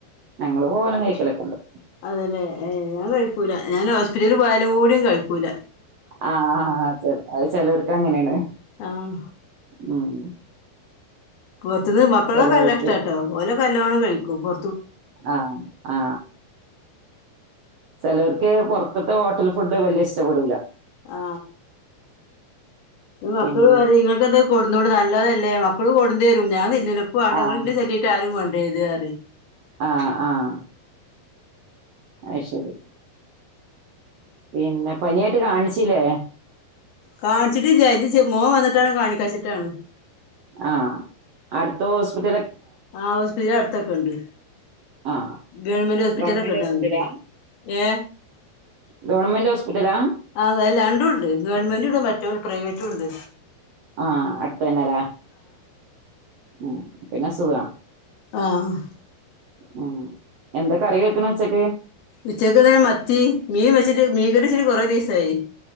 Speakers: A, on the right (about 65°); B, on the left (about 65°).
A: ഞങ്ങള് പോവലും കഴ്‌ക്കലൊക്കെണ്ട്
B: അതെല്ലേ ഏ ഞാൻ കഴിക്കൂല. ഞാൻ ഹോസ്പിറ്റൽ പോയാലും കൂടികഴിക്കൂല
A: ആഹാ ആ അത് ചെലോർക്ക് അങ്ങനെണ്
B: ആഹ്
A: ഉം
B: പുറത്തുനിന്ന് മക്കൾക്ക്
A: ചെലോർക്ക്
B: നല്ല ഇഷ്ടട്ടോ ഓലക്കെ നല്ലോണം കഴിക്കും പൊ
A: ആ ആ ചിലവർക്ക് പുറത്തത്തെ ഹോട്ടൽ ഫുഡ് വലിയ ഇഷ്ടപ്പെടൂല
B: ആ മക്കള്
A: പിന്നെ
B: പറിം ഇങ്ങക്കെന്താ കൊട്ന്നോണ്ടു, നല്ലതല്ലേ മക്കൾ കൊടുന്നെരും ഞാൻ തിന്നൂല്ല. ഇക്ക് വാൺട.
A: ആഹ്
B: ഇങ്ങള് ഇന്നെ ചൊല്ലിട്ട് ആരും കൊ <unintelligible>
A: ആഹ് ആഹ് അത് ശരി. പിന്നെ പനിയായിട്ട് കാണിച്ചീലേ?
B: കാണിച്ചിട്ടില്ലാ മോൻ വന്നിട്ടാണം കാണിക്കച്ചിട്ടാണ്.
A: ആഹ് അടുത്ത് ഹോസ്പി
B: ആ ഹോസ്പിറ്റല് അടുത്തൊക്കെണ്ട്.
A: ആഹ്
B: ഗവൺമെന്റ് ഹോസ്പിറ്റലൊക്കെ
A: ഗവൺമെന്റ്
B: ഇണ്ട്
A: ഹോസ്പിറ്റലാ
B: ഞങക്ക് ഏ
A: ഗവൺമെന്റ് ഹോസ്പിറ്റലാ
B: ആതല്ലാരണ്ടും ണ്ട് ഗവൺമെന്റ് ഇണ്ട് മറ്റേ റ്റേ പ്രൈവറ്റുണ്ട്
A: ആ അട്ത്തെന്നലേ ഉം പിന്നെ സുഖാണ്.
B: ആഹ്
A: ഉം എന്താ കറി വെക്ക്ണ ഉച്ചക്ക്?
B: ഉച്ചക്ക് ഇതന്നെ, മത്തി മീൻ വെച്ചിട്ട് മീൻ കറിച്ചിട്ട് കൊറെ ദിവസായി